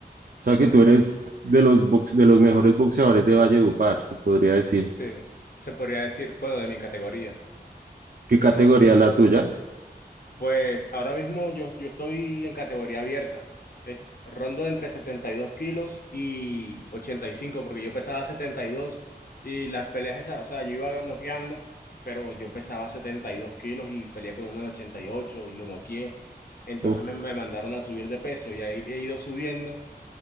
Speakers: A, on the right (about 60°); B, on the left (about 65°).
A: sea
B: Entonces,
A: que tú eres de los box- de los mejores boxeadores de Valledupar, se podría decir.
B: sí, se podría decir, bueno, de mi categoría.
A: ¿Qué
B: Pero,
A: categoría es la tuya?
B: pues, ahora mismo yo, yo estoy en categoría abierta. Es- Rondo entre 72 kilos y ochenta y cinco porque yo pesaba setenta y dos y las peleas esas, o sea, yo iba noqueando, pero yo pesaba 72 kilos y peleé con uno de 88 y ocho y lo noqueé. Entonces
A: Uf,
B: me, me mandaron a subir de peso y ahí he ido subiendo